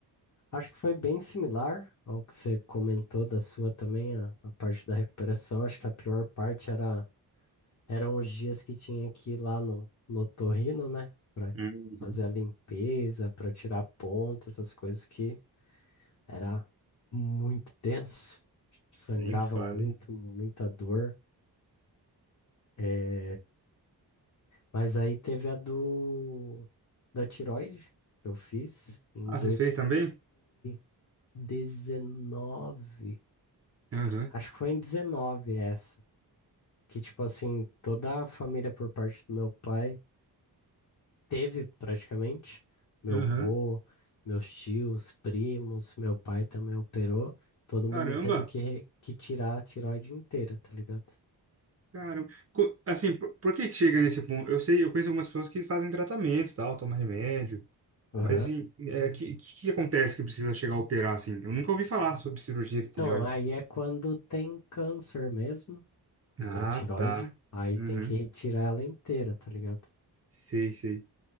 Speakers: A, on the left (about 45°); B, on the right (about 35°).
A: acho que foi bem similar ao que você comentou da sua também, a, a parte da recuperação. Acho que a pior parte era, eram os dias que tinha que ir lá no, no otorrino, né? Pra
B: Uhum.
A: fazer a limpeza, pra tirar ponto, essas coisas que era muito tenso. Sangrava
B: Nem fale.
A: muito, muita dor. É, Mas aí teve a do da tiroide que eu fiz em
B: Ah, você fez também?
A: 2019.
B: Aham,
A: Acho que foi em 19 essa, que tipo assim, toda a família por parte do meu pai teve praticamente, meu
B: aham.
A: vô, meus tios, primos, meu pai também operou, todo mundo
B: Caramba!
A: teve que, re- que tirar a tiroide inteira, tá ligado?
B: Cara, co- assim, por, por que que chega nesse ponto? Eu sei, eu conheço algumas pessoas que fazem tratamento, e tal, tomam remédio,
A: Aham.
B: mas assim, é, que, que que acontece que precisa chegar a operar assim? Eu nunca ouvi falar sobre cirurgia de tireoide.
A: Então, aí é quando tem câncer mesmo.
B: Ah,
A: da tireoide,
B: tá.
A: aí
B: Uhum.
A: tem que retirar ela inteira, tá ligado?
B: Sei, sei.